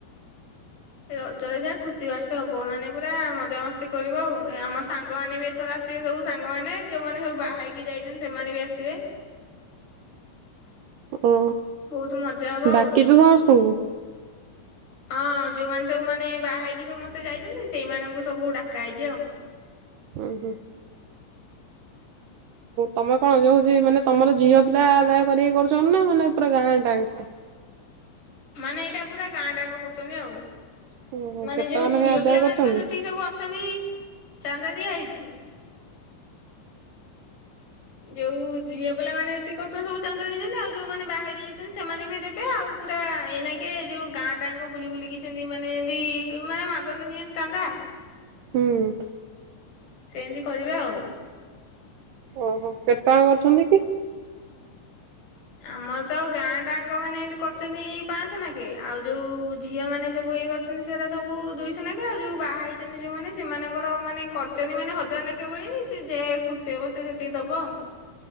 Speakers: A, on the left (about 60°); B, on the right (about 70°).
A: ରଜରେ ଯାହା ଖୁସି ବାସି ହବ ମାନେ ପୁରା ମଜାମସ୍ତି କରିବ ଆଉ ଆମ ସାଙ୍ଗମାନେ ବି ଏ ଏଥର ଆସିବେ ସବୁ ସାଙ୍ଗମାନେ ଯଉମାନେ ସବୁ ବାହା ହେଇକି ଯାଇଚନ୍ତି ସେମାନେ ବି ଆସିବେ।
B: ଓ
A: ବହୁତ ମଜା ହବ
B: ଡାକିଚୁ
A: ଆଉ।
B: ସମସ୍ତଙ୍କୁ?
A: ହଁ ଯଉମାନେ ସବୁ ମାନେ ବାହା ହେଇକି ସମସ୍ତେ ଯାଇଚନ୍ତି ସେଇମାନଙ୍କୁ ସବୁ ଡାକା ହେଇଚି ଆଉ।
B: ଉଁ-ହୁଁ। ତମେ କଣ ଯଉ ହଉଚି ମାନେ ତମର ଝିଅ ପିଲା ଆଦାୟ କରିକି କରୁଚନ୍ତି ନା ମାନେ ପୁରା ଗାଁ ଟା ଙ୍କ?
A: ମାନେ ଏଇଟା ପୁରା ଗାଁ ଟା ଙ୍କ କରୁଚନ୍ତି ଆଉ।
B: ଓହୋ
A: ମାନେ
B: କେତେ
A: ଯଉ
B: ଟଙ୍କା ଲେଖାଏଁ
A: ଝିଅ
B: ଆଦାୟ
A: ପିଲା
B: କରୁଛନ୍ତି?
A: ମାନ ତ ଯେତିକି ସବୁ ଅଛନ୍ତି ଚାନ୍ଦା ଦିଆ ହେଇଚି ଯଉ ଝିଅ ପିଲାମାନେ ଯେତିକି କରୁଚନ୍ତି ସବୁ ଚାନ୍ଦା ଦେଇଚନ୍ତି ଆଉ ଯଉମାନେ ବାହା ହେଇକି ଯାଇଚନ୍ତି ସେମାନେ ବି ଦେ ଏ ଆଉ ପୁରା ଏଇନା କେ ଯଉ ଗାଁ ଟା ଙ୍କ ବୁଲି ବୁଲିକି ସେମିତି ମାନେ ଯେମିତି ମାନେ ମାଗନ୍ତି ନି ଚାନ୍ଦା।
B: ହୁଁ।
A: ସେମିତି କରିବା ଆଉ।
B: ଓହୋ କେତେଜଣ କରୁଛନ୍ତି କି?
A: ଆମର ତ ଗାଁ ଟା ଜାଙ୍ଗ ମାନେ ଏମିତି କରିୁଛନ୍ତି ପାଞ୍ଚ ଲାଖେ ଆଉ ଯୋଉ ଝିଅ ମାନେ ସବୁ ଇଏ କରୁଛ ସେରା ସବୁ ଦୁଇଶ ନାଖେ ଆଉ ଯୋଉ ବାହା ହେଇଛନ୍ତି ଯୋଉମାନେ ସେମାନଙ୍କର ମାନେ କରିଛନ୍ତି ମାନେ ହଜାର ନା କେବେଳି ଏଇ ଯେ ଖୁସି ହେବ ସେ ଯେତିକି ଦବ ଆଉ।